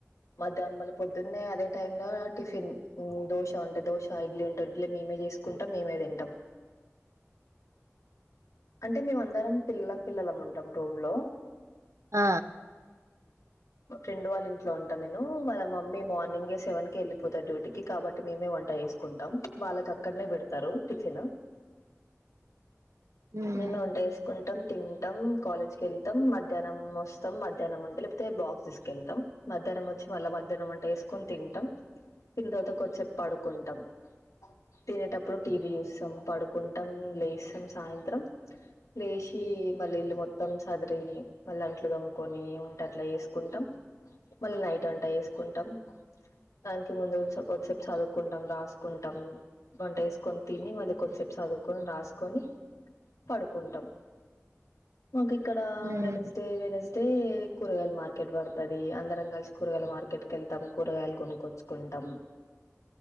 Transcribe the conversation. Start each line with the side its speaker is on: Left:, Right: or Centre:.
Left: మధ్య మమ్మల్ని పొద్దున్నే అదే టైం లో టిఫిన్ దోశ ఉంటయి దోశ ఇడ్లీ ఉంటు ఇడ్లీ మీ చేసుకుంటా మేమే తింటాం అంటే మేమ అందరం పిల్లం పిల్లలము ఉంటాం రూమ్ లో
Right: ఆ
Left: ఫ్రెండ్ వాళ్ళ ఇంట్లో ఉంటను నేను వాళ్ళ మమ్మీ మార్నింగ సెవెన్ కే వెళ్ళిపోతాది డ్యూటీకి కాబట్టి మేమే వంట వంట చేసుకుంటాం వాళ్లకు అక్కడనే పెడతారు టిఫిన్
Right: హ్మ్.
Left: మేము వంట వేసుకుంటాం తింటాం కాలేజ్ క వెళ్తాం మధ్యాహ్నం వస్తాం మధ్యాహ్నం వంటలే తే బాక్స్ తీసుకెళ్తాం మధ్యాహ్నం వచ్చి మళ్ళా మధ్యాహ్నం అంటే వేసుకొని తింటాం తినిన తర్వాత కొద్దిసేపు పడుకుంటాం తినేటప్పుడు టీవీ చూస్తాం పడుకుంటాం లేస్తాం సాయంత్రం లే సి మళ్ళీ ఇల్లు మొత్తం సదిరి మళ్ళ అట్లు తోముకొని ఉ ట అట్లా వేసుకుంటాం మళ్ళీ నైట్ వంటా వేసుకుంటాం దానికి ముందు కొద్దిసేపు చదువుకుంటాం రాసుకుంటాం వంట వేసుకొని తిని మళ్ళీ కొద్దిసేపు చదువుకొని రాసుకొని పడుకుంటాం మాకు ఇక్కడ
Right: హ్మ్.
Left: వెనస్డే వెనస్డే కూరగాయలు మార్కెట్ పడుతుది అందరం కలిసి కూరగాయల మార్కెట్ కే వెళ్తాం కూరగాయలు కొనుకొచ్చుకుంటాం